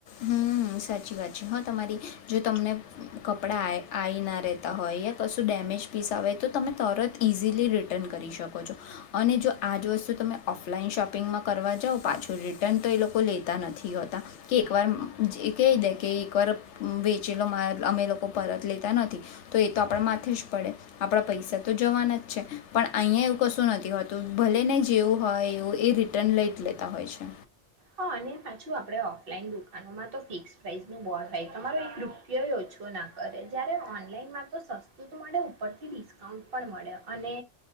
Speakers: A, on the left; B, on the right.
A: હમ્મ, સાચી વાત છે હા તમારી. જો તમને કપડા આએ આઈ ના રે તો હોય યા કશું ડેમેજ પીસ આવે તો તમે તરત ઇઝીલી રિટર્ન કરી શકો છો. અને જો આ જ વસ્તુ તમે ઓફલાઈન શોપિંગમાં કરવા જાઓ. પાછું રિટર્ન તો એ લોકો લેતા નથી હોતા કે એકવાર અમ્મ જે કહી દે કે કર વેચેલો માલ અમે લોકો પરત લેતા નથી. તો એ તો આપડા માથે જ પડે, આપડા પૈસા તો જવાના જ છે. પણ અહીંયા એવું કશું નથી હોતું. ભલે ને જેવું હોય એવું, એ રિટર્ન લઈ જ લેતા હોય છે.
B: હા અને પાછું આપણડે ઓફલાઈન દુકાનોમાં તો ફિક્સ પ્રાઇસનું બોળ હોય. તમારો એક રૂપિયોય ઓછો ના કરે. જ્યારે ઓનલાઈનમાં તો સસ્તું તો મળે ઉપરથી ડિસ્કાઉન્ટ પણ મળે. અને